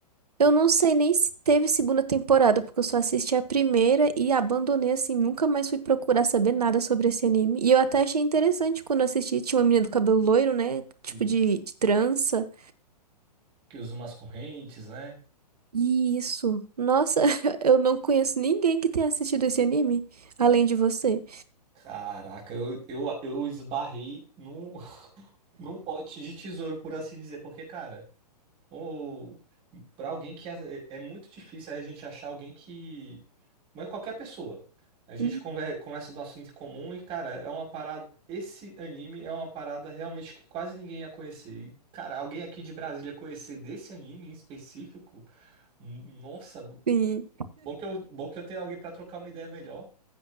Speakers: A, on the right (about 65°); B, on the right (about 25°).
A: Eu não sei nem se teve segunda temporada, porque eu só assisti a primeira e abandonei assim, nunca mais fui procurar saber nada sobre esse anime. E eu até achei interessante quando eu assisti, tinha uma menina do cabelo loiro, né? Tipo
B: Isso.
A: de de trança.
B: Que usa umas correntes, né?
A: Isso. Nossa, <laughs> eu não conheço ninguém que tenha assistido esse anime, além de você.
B: Caraca, eu, eu, eu esbarrei num, <laughs> num pote de tesouro, por assim dizer, porque, cara, ou para alguém que é, é muito difícil a gente achar alguém que. Mas qualquer pessoa. A gente
A: Hum.
B: conver- conversa do assunto em comum e, cara, é uma parada. Esse anime é uma parada realmente que quase ninguém ia conhecer. E, cara, alguém aqui de Brasília conhecer desse anime em específico, hum, nossa,
A: Sim.
B: bom que eu, bom que eu tenho alguém pra trocar uma ideia melhor.